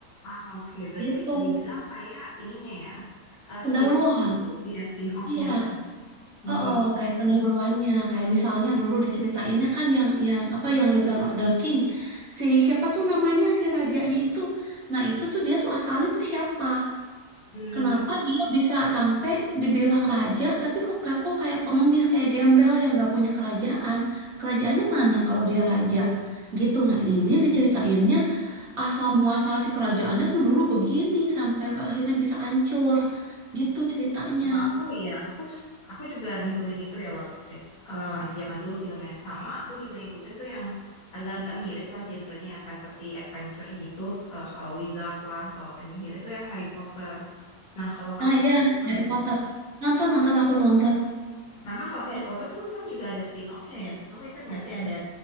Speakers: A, on the left; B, on the right.
A: Ah, oke. Berarti
B: Itu
A: bisa dibilang kayak ininya ya, eh,
B: pendahuluan.
A: spin-off gitu. Iya, spin-off-nya
B: Iya,
A: kan. Hmm.
B: Oh, oh, kayak pendahuluannya, kayak misalnya dulu diceritainnya kan yang yang apa yang Return of the King. Si siapa tuh namanya si rajanya itu. Nah, itu tuh dia tuh asalnya tuh siapa?
A: Hmm.
B: Kenapa dia bisa sampai dibilang raja tapi kok kok kayak pengemis, kayak gembel yang gak punya kerajaan. Kerajaannya mana kalau dia raja? Gitu. Nah, ini, ini diceritainnya asal muasal si kerajaannya tuh dulu begini sampai akhirnya bisa hancur. Gitu ceritanya.
A: Kalau aku ya, aku s- aku juga ngikutin itu ya Lord of the Rings. Eh, yang zaman dulu filmnya sama, aku juga ngikutin tuh yang agak-agak mirip lah genrenya ya, fantasy adventure gitu, eh, soal wizard lah, eh, penyihir itu yang Harry Potter. Nah, kalau kamu
B: Ah
A: nonton
B: ya,
A: juga
B: Harry
A: Harry
B: Potter.
A: Potter.
B: Nonton nonton aku nonton.
A: Sama kalau Harry Potter tuh kan juga ada spin-off-nya ya. Kamu ingat nggak sih ada